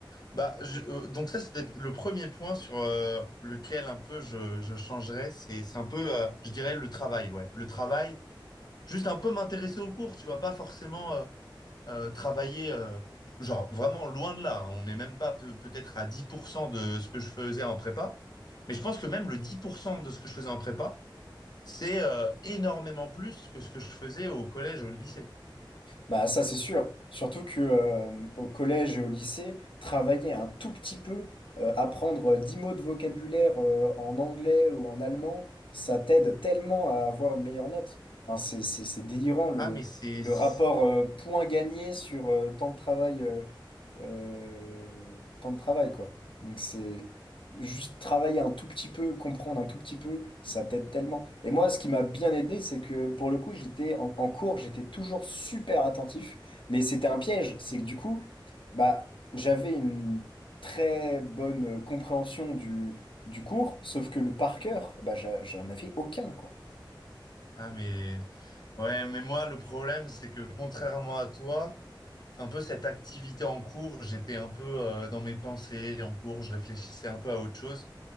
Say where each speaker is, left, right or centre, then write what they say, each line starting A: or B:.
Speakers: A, on the left; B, on the left.
A: Bah, je- euh, donc ça, c'était le premier point sur euh, lequel un peu je, je changerais. C'est, c'est un peu, euh, je dirais, le travail, ouais. Le travail, juste un peu m'intéresser au cours, tu vois, pas forcément... euh, euh, travailler, euh, genre vraiment loin de là. hein. On n'est même pas peu- peut-être à 10% de ce que je faisais en prépa. Mais je pense que même le 10% de ce que je faisais en prépa, c'est euh, énormément plus que ce que je faisais au collège, au lycée.
B: Bah ça c'est sûr. Surtout que euh, au collège et au lycée, travailler un tout petit peu, euh, apprendre euh, 10 mots de vocabulaire euh, en anglais ou en allemand, ça t'aide tellement à avoir une meilleure note. Enfin, c'est, c'est, c'est délirant le,
A: Ah, mais c'est...
B: le
A: c'est-
B: rapport euh, point gagné sur euh, temps de travail euh, euh, temps de travail quoi. Donc c'est juste travailler un tout petit peu, comprendre un tout petit peu, ça t'aide tellement. Et moi, ce qui m'a bien aidé, c'est que pour le coup, j'étais en, en cours, j'étais toujours super attentif, mais c'était un piège. C'est que du coup, bah, j'avais une très bonne euh, compréhension du, du cours, sauf que le par cœur, bah, j'a- j'en avais aucun, quoi.
A: Ah, mais... Ouais, mais moi, le problème, c'est que contrairement à toi, un peu cette activité en cours, j'étais un peu euh, dans mes pensées en cours, je réfléchissais un peu à autre chose.